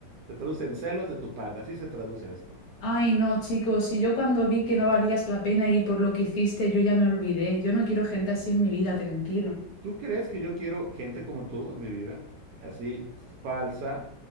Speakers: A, on the right; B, on the left.
A: Se traduce en celos de tu parte. Así se traduce esto.
B: Ay, no, chicos, si yo cuando vi que no valías la pena y por lo que hiciste, yo ya me olvidé. Yo no quiero gente así en mi vida, tranquilo.
A: ¿Tú crees que yo quiero gente como tú en mi vida? Así falsa